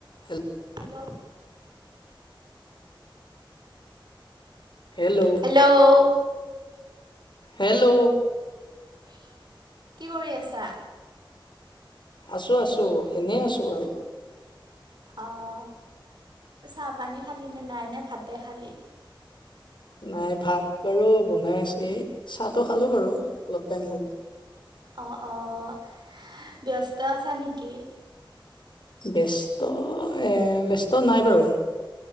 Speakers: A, on the left; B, on the right.
A: Hello
B: hello
A: hello
B: hello
A: hello
B: লে কি কৰি আছা
A: আছোঁ আছোঁ এনেই আছোঁ বাৰু
B: অঁ চাহপানী খালি নে নাইনেে ভাতে খালি
A: নাই ভাত বাৰু বনাই আছে, চাহটো খালোঁ বাৰু অলপ টাইম হ'ল।
B: অ', অ', ব্যস্ত আছা নেকি?
A: ব্যস্ত এ, ব্যস্ত নাই বাৰু।